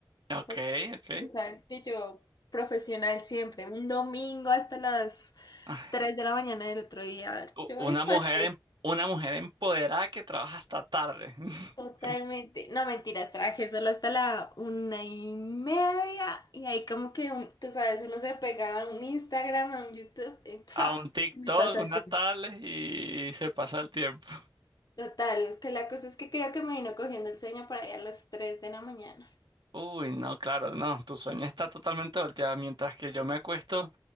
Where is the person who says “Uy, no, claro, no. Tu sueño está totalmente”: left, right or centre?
Right